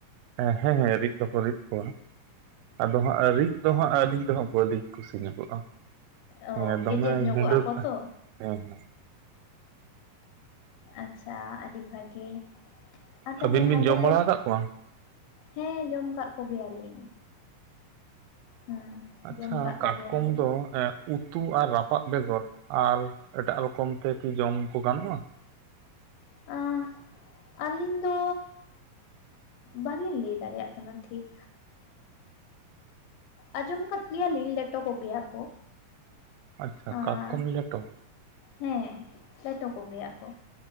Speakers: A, on the right (about 85°); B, on the left (about 85°).
A: ᱦᱮᱸ ᱦᱮᱸ ᱦᱮᱸ ᱨᱤᱫ ᱫᱚᱠᱚ ᱨᱤᱫ ᱠᱚᱣᱟ᱾ ᱟᱫᱚ ᱦᱟᱸᱜ ᱨᱤᱫ ᱫᱚ ᱦᱟᱸᱜ ᱟᱹᱞᱤᱧ ᱫᱚ ᱦᱟᱜ ᱵᱟᱹᱞᱤᱧ ᱠᱩᱥᱤ ᱧᱚᱜᱚᱜᱼᱟ᱾
B: ᱚ
A: ᱦᱮᱸ ᱫᱚᱢᱮ
B: ᱜᱮᱡᱮᱨ ᱧᱚᱜᱚᱜ
A: ᱜᱩᱰᱟᱹ
B: ᱟᱠᱚ ᱛᱚ
A: ᱦᱮᱸ ᱦᱮᱸ᱾
B: ᱟᱪᱪᱷᱟ ᱟᱹᱰᱤ ᱵᱷᱟᱹᱜᱤ᱾ ᱟᱨ ᱛᱟᱦᱚᱞᱮ
A: ᱟᱹᱵᱤᱱ ᱵᱤᱱ
B: ᱦᱟᱹᱠᱩ
A: ᱡᱚᱢ
B: ᱠᱚ
A: ᱵᱟᱲᱟ ᱟᱠᱟᱫ ᱠᱚᱣᱟ?
B: ᱦᱮᱸ ᱡᱚᱢ ᱠᱟᱜ ᱠᱚᱜᱮᱭᱟᱞᱤᱧ᱾ ᱦᱩᱸ
A: ᱟᱪᱪᱷᱟ
B: ᱡᱚᱢ ᱠᱟᱜ
A: ᱠᱟᱴᱠᱚᱢ
B: ᱠᱚᱜᱮᱭᱟᱞᱤᱧ
A: ᱫᱚ ᱮᱸ ᱾ ᱩᱛᱩ ᱟᱨ ᱨᱟᱯᱟᱜ ᱵᱮᱜᱚᱨ ᱟᱨ ᱮᱴᱟᱜ ᱨᱚᱠᱚᱢ ᱛᱮᱠᱤ ᱡᱚᱢ ᱠᱚ ᱜᱟᱱᱚᱜᱼᱟ?
B: ᱟᱸ ᱟᱹᱞᱤᱧ ᱫᱚ ᱵᱟᱹᱞᱤᱧ ᱞᱟᱹᱭ ᱫᱟᱲᱤᱭᱟᱜ ᱠᱟᱱᱟ ᱴᱷᱤᱠ᱾ ᱟᱸᱡᱚᱢ ᱠᱟᱫ ᱜᱮᱭᱟ ᱞᱤᱧ ᱞᱮᱴᱚ ᱠᱚᱜᱮᱭᱟ ᱠᱚ?
A: ᱟᱪᱷᱟ
B: ᱟᱸ
A: ᱠᱟᱴᱠᱚᱢ ᱞᱮᱴᱚ᱾
B: ᱦᱮᱸ ᱞᱮᱴᱚ ᱠᱚᱜᱮᱭᱟ ᱠᱚ